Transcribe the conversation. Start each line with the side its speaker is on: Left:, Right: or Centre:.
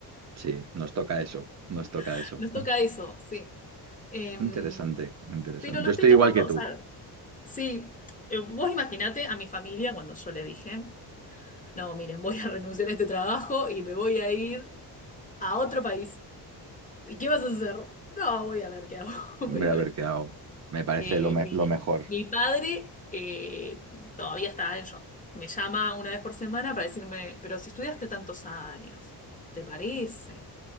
Right: Sí, nos toca eso, nos toca
Left: <laughs>
Right: eso.
Left: Nos toca eso, sí. Em,
Right: Interesante, interesante.
Left: pero lo
Right: Yo
Left: estoy
Right: estoy
Left: tomando,
Right: igual que tú.
Left: o sea, sí, eh, vos imaginate a mi familia cuando yo le dije, no, miren, voy a renunciar a este trabajo y me voy a ir. a otro país. ¿Y qué vas a hacer? No, voy a ver qué hago. <laughs>
Right: Voy
Left: Voy
Right: a
Left: a
Right: ver
Left: ver
Right: qué
Left: qué
Right: hago.
Left: hago.
Right: Me parece
Left: Eh,
Right: lo, me-
Left: mi,
Right: lo mejor.
Left: mi padre eh, todavía está en shock. Me llama una vez por semana para decirme, pero si estudiaste tantos años, ¿te parece?